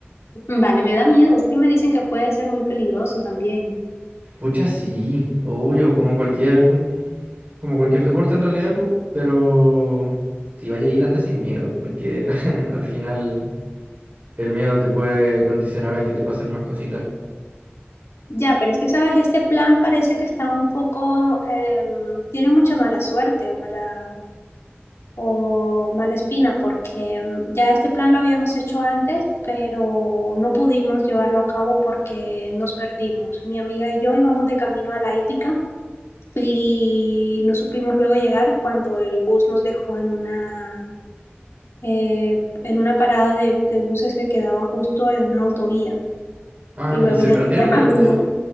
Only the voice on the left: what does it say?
Vale, me da miedo, es que me dicen que puede ser muy peligroso también.
Ya, pero es que, ¿sabes? Este plan parece que está un poco, em, tiene mucha mala suerte o mala, o Malespina, porque mm, ya este plan lo habíamos hecho antes, pero no pudimos llevarlo a cabo porque nos perdimos. Mi amiga y yo íbamos de camino a la hípica y no supimos luego llegar cuando el bus nos dejó en una, eh, en una parada de, de buses que quedaba justo en una autovía
y luego
ya
no había
camino.